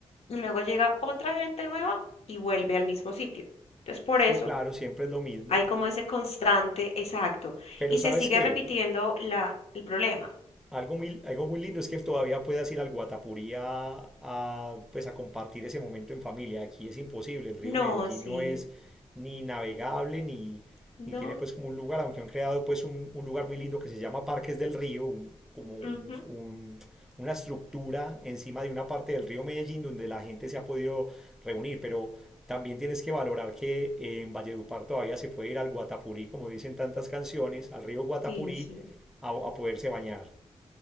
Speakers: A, on the left; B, in the centre.
A: y luego llega otra gente nueva y vuelve al mismo sitio. Entonces, por
B: Sí,
A: eso
B: claro, siempre es lo mismo.
A: hay como ese constante exacto
B: Pero
A: y
B: ¿sabes
A: se sigue
B: qué?
A: repitiendo la, el problema.
B: algo muy, algo muy lindo es que todavía puedas ir al Guatapurí a, a, pues, a compartir ese momento en familia. Aquí es imposible. El río
A: No,
B: Medellín
A: sí,
B: no es ni navegable ni,
A: no,
B: ni tiene pues como un lugar, aunque han creado pues un, un lugar muy lindo que se llama Parques del Río, un- como un-
A: ujú,
B: un- una estructura encima de una parte del río Medellín donde la gente se ha podido reunir, pero también tienes que valorar que eh, en Valledupar todavía se puede ir al Guatapurí, como dicen tantas canciones, al río Guatapurí
A: sí, sí.
B: a, a poderse bañar.